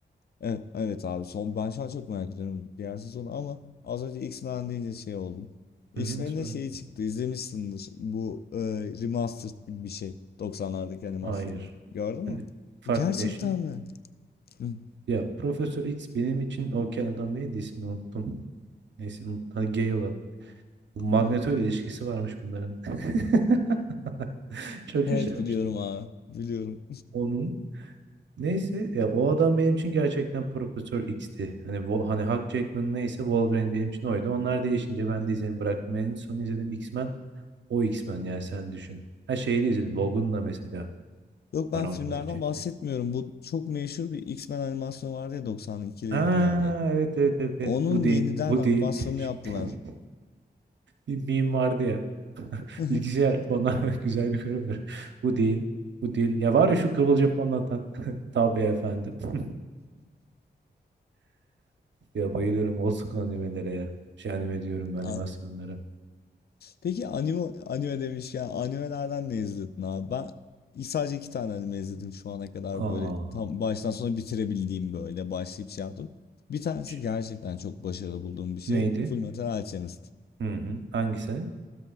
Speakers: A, on the left; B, on the right.
A: evet, evet abi son ben şu an çok merak ediyorum diğer sezonu ama az önce X-Men deyince şey oldum.
B: Hı
A: X-Men'de
B: hı, sonra-
A: şeyi çıktı izlemişsindir. Bu e, remastered gibi bir şey. doksanlardaki animasyonu.
B: Hayır.
A: Gördün
B: Hani
A: mü?
B: farklı
A: Gerçekten
B: ya
A: mi? Hı.
B: Ya Profesör X benim için okey adam neydi ismini unuttum. Neyse unut- hani gay olan. Bu Magneto
A: <laughs> Aha.
B: ile ilişkisi varmış bunların. <laughs> Çok
A: Evet
B: şaşırmıştım.
A: biliyorum abi. Biliyorum.
B: Onun neyse ya o adam benim için gerçekten Profesör X'ti. Hani Wo- hani Hugh Jackman neyse Wolverine benim için oydu. Onlar değişince ben
A: <laughs>
B: de izlemeyi bıraktım. En son izlediğim X-Men o X-Men yani sen düşün. Her şeyi de izledim. Logan'la mesela
A: Yok ben
B: paramparça
A: filmlerden
B: etti.
A: bahsetmiyorum. Bu çok meşhur bir X-Men animasyonu vardı ya 92'li
B: Aa
A: yıllarda.
B: evet evet evet evet
A: Onun
B: bu değil
A: yeniden
B: bu
A: animasyonunu
B: değil.
A: yaptılar.
B: <laughs> Bir meme vardı ya. <laughs>
A: <laughs>
B: Bilgisayar bana <laughs> güzel bir konu ver. Bu değil. Bu değil. Ya var ya şu kıvılcım anlatan. <laughs> Tabii efendim. <laughs> Ya bayılıyorum old school animelere ya. Şey anime diyorum animasyonlara.
A: Aa, Peki anime, anime demiş ya animelerden ne izledin abi? Ben sadece iki tane anime izledim şu ana kadar
B: Aa,
A: böyle tam baştan sona bitirebildiğim böyle başlayıp şey yaptım. Bir tanesi
B: ş-
A: gerçekten çok başarılı bulduğum bir şey.
B: neydi?
A: Fullmetal Alchemist.
B: Hı hı. Hangisi?